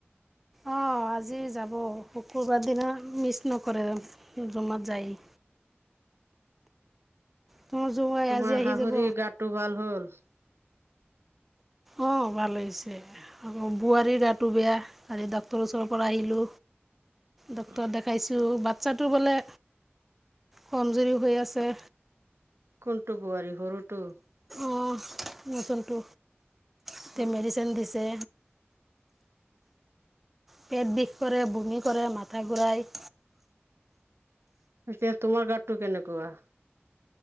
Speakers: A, in the centre; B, on the right.
A: অ আজি যাব শুকুৰবাৰ দিনা মিচ নকৰে। নামাজত যায়। তোমাৰ জোঁৱাই
B: তোমাৰ
A: আজি আহি
B: শাঁহুৰিৰ
A: যাব
B: গাটো ভাল হ'ল?
A: অ', ভাল হৈছে আকৌ বোৱাৰীৰ গাটো বেয়া কালি ডাক্তৰৰ ওচৰৰ পৰা আহিলো। ডক্টৰ
B: অ
A: দেখাইছো বাট ছাটো বোলে কমজুৰি হৈ আছে।
B: কোনটো বোৱাৰী সৰুটো?
A: অঁ নতুনটো এতিয়া
B: অ
A: মেডিচিন দিছে। পেট বিষ কৰে, বমি কৰে, মাথা ঘুৰাই।
B: এতিয়া তোমাৰ গাতটো কেনেকুৱা?